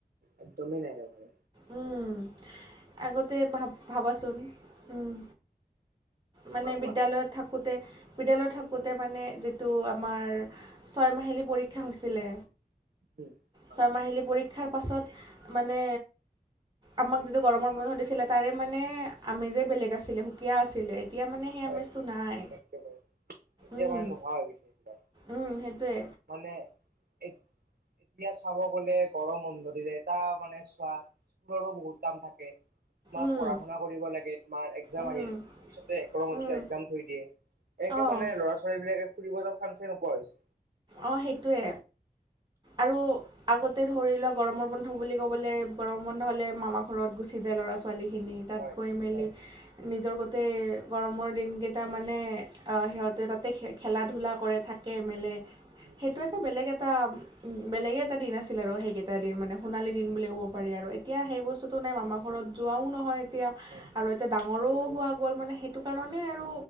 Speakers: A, on the right; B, on the right.
A: এক দমেই নাই আৰু
B: উম আগতে ভাব ভাবাচোন উম, মানে
A: কোৱা কোৱা
B: বিদ্যালয়ত থাকোঁতে বিদ্যালয়ত থাকোতে মানে যিটো আমাৰ, ছয় মাহিলী পৰীক্ষা হৈছিলে
A: উম, হয়,
B: ছয় মাহিলী পৰীক্ষা ক্ষাৰ পাছত মানে, আমাক যিটো গৰমৰ বন্ধ দিছিলে তাৰে মানে আমেজে বেলেগ আছিলে সুকীয়া আছিলে এতিয়া মানে, সেই
A: হয়
B: আমিচটো নাই
A: একেবাৰে এতিয়া
B: উম
A: মানে নোহোৱা হৈ গৈছে এইবিলাক।
B: উম সেইটোৱে,
A: মানে এক, এতিয়া চাব গলে গৰম বন্ধ দিলে তা মানে চোৱা স্কুলো বহুত, কাম থাকে তোমাৰ
B: উম
A: পঢ়া শুনা কৰিব লাগে তোমাৰ এক্সাম
B: উম
A: আহি, পিছতে একৰ মানে
B: উম
A: এক্সাম ধৰি দিয়ে এনেকে
B: অঁ
A: মানে ল'ৰা ছোৱালীবিলাকে ফুৰিব যাব চাঞ্চে নোপোৱা হৈছে।
B: অ সেইটোৱে আৰু আগতে ধৰি লোৱা গৰমৰ বন্ধ বুলি ক'বলৈ গৰমৰ বন্ধ হ'লে মামা ঘৰত গুচি যায় ল'ৰা ছোৱালীখিনি। তাত
A: হয়
B: গৈ মেলি।
A: হয়
B: নিজৰ গোটেই গৰমৰ দিনকেইটা মানে সিহঁতে তাতে খ খেলা ধূলা কৰে থাকে, তে মেলে
A: উম
B: সেইটো এটা বেলেগ এটা বেলেগে এটা দিন আছিল আৰু
A: উম।
B: সেইকেই এটা দিন মানে সোণালী
A: উম
B: দিন বুলি ক'ব পাৰি আৰু এতিয়া সেই বস্তুটো নাই মামাৰ ঘৰত যোৱাও নহয় এতিয়া।
A: হয়
B: আৰু এতিয়া ডাঙৰো
A: যোৱাই নহয়
B: হোৱা গ'ল মানে সেইটো কাৰণে আৰু